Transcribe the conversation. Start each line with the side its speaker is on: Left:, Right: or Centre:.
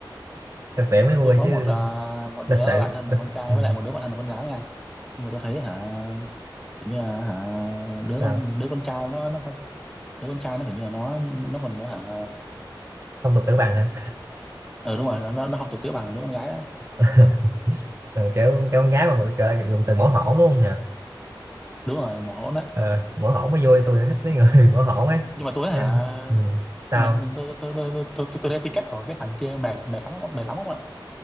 Right: thực tiễn mới vui
Centre: tôi có
Right: chứ
Centre: một à, một
Right: lịch
Centre: đứa
Right: sự
Centre: bạn thân là
Right: lịch...
Centre: con trai
Right: Ừ.
Centre: với lại một đứa bạn thân là con gái nha nhưng mà tôi thấy hả kiểu như là hả đứa
Right: sao
Centre: con đứa con trai nó nó đứa con trai nó kiểu như là nó nó còn hả
Right: phong tục tử bằng hả
Centre: ờ đúng rồi nó nó nó không tục tĩu bằng đứa con gái á
Right: <laughs> Ờ, kiểu kiểu con gái mà mọi gọi là dùng từ mỏ hổn luôn nè
Centre: đúng rồi mà hỗn đấy
Right: ờ, mỏ hổn mới vui tôi thích mấy người <laughs> mỏ hổn ấy
Centre: nhưng mà tôi hả
Right: Thế em- ừ. sao
Centre: nhưng mà tôi tôi tôi tôi tôi, tôi, tôi thấy tính cách của cái thằng kia mệt mệt lắm không mệt lắm không ạ